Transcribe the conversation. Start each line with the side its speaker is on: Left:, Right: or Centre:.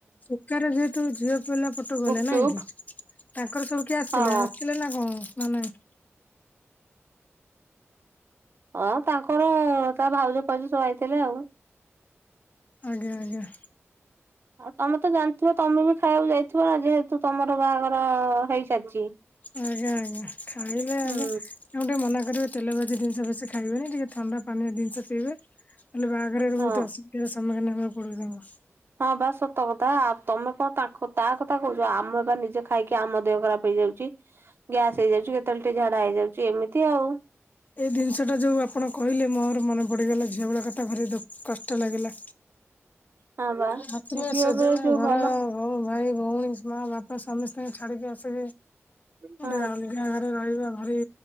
Left: ଏକାର ଯେହେତୁ ଝିଅ ପିଲା ପଟୁ ଗଲେ
Right: ଗୁପଚୁପ
Left: ନାଇଁ କି। ତାଙ୍କର ସବୁ କିଏ ଆସିଥିଲେ
Right: ହଁ
Left: ଆସିଥିଲେ ନା କଣ ନା ନାଇଁ।
Right: ହଁ ତାଙ୍କର ତା ଭାଉଜପାଉଜ ଆଇଥିଲେ ଆଉ।
Left: ଆଜ୍ଞା ଆଜ୍ଞା।
Right: ଆଉ ତମେ ତ ଜାଣିଥିବ ତମେ ବି ଖାଇବାକୁ ଯାଇଥିବ ନା ଯେହେତୁ ତମର ବାହାଘର ହେଇସାରିଛି।
Left: ଆଜ୍ଞା ଆଜ୍ଞା ଖାଇଲେ ଆଜ୍ଞା
Right: ହୁଁ।
Left: ତାକୁ ଟିକେ ମନା କରିବେ। ତେଲ ବାଜି ଜିନିଷ ବେଶୀ ଖାଇବେନି ଟିକେ ଥଣ୍ଡା ପାଣିଆ ଜିନିଷ ପଇବେ ହେଲେ ବାହାଘରରେ
Right: ହଁ।
Left: ବହୁତ ଅସୁବି ତମେ ମାନେ ଆମ କୂଳରେ ହବ।
Right: ହଁ ବା ସତ କଥା ତମେ କଣ ତା କଥା କହୁଛ ଆମେ ବା ନିଜେ ଖାଇକି ଆମ ଦେହ ଖରାପ ହେଇ ହେଇଯାଉଛି ଗ୍ୟାସ ହେଇଯାଉଛି କେତେବେଳେ ଟିକେ ଝାଡା ହେଇଯାଉଛି ଏମିତି ଆଉ।
Left: ଏଇ ଜିନିଷ ଟା ଯୋଉ ଆପଣ କହିଲେ ମୋର ମନେ ପଡିଗଲା ଝିଅ ଭଳିଆ କଥା ଘରେ ଦୁଃ କଷ୍ଟ ଲାଗିଲା
Right: ହଁ ବା।
Left: ମାତ୍ର
Right: ଝିଅ
Left: ସଜନା
Right: ବେଳେ ଯୋଉ
Left: ଘର
Right: ଭଲ
Left: ହ ଭାଇ ଭଉଣୀ ମା ବାପା ସମସ୍ତଙ୍କୁ ଛାଡିକି ଗଟେ
Right: ହୁଁ
Left: ଅଲଗା ଘରେ ରହିବା ଭାରି